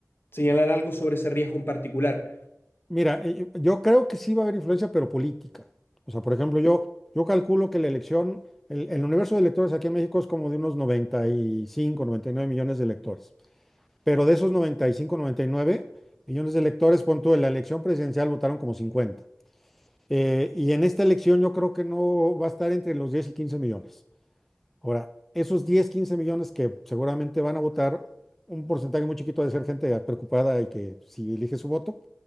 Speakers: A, on the left; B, in the centre.
A: señalar algo sobre ese riesgo en particular.
B: Mira, eh, yo creo que sí va a haber influencia, pero política. O sea, por ejemplo, yo, yo calculo que la elección, el, el universo de electores aquí en México es como de unos noventa noventa y cinco, noventa y nueve millones de electores. Pero de esos noventa noventa y cinco, noventa y nueve millones de electores, pon tú, en la elección presidencial votaron como 50. Eh, y en esta elección yo creo que no va a estar entre los 10 y 15 millones. Ahora, esos diez quince millones que seguramente van a votar, un porcentaje muy chiquito ha de ser gente preocupada y que si elige su voto,